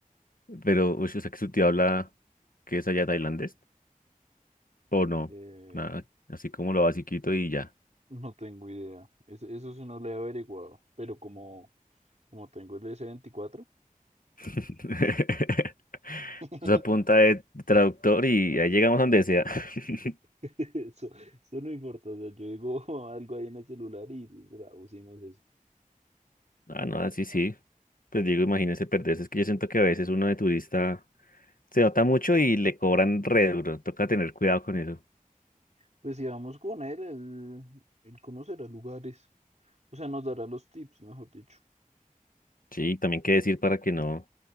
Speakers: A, on the left; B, on the right.
A: Pero, uy, o sea, que su tío habla que es allá tailandés, o no,
B: Eh,
A: nada, así como lo basiquito y ya.
B: No tengo idea. Es- Eso, sí no lo he averiguado. Pero como, como tengo el s veinticuatro
A: <laughs>
B: <laughs>
A: o sea punta de traductor y ahí llegamos a donde sea. <laughs>
B: eso, eso no importa. O sea, yo digo <laughs> algo ahí en el celular y traducimos eso.
A: Ah, no, así sí. Pues digo, imagínese perderse. Es que yo siento que a veces uno de turista se nota mucho y le cobran re duro. Toca tener cuidado con eso.
B: Pues si vamos con él, él, él conocerá lugares. O sea, nos dará los tips, mejor dicho.
A: Sí, y también qué decir para que no,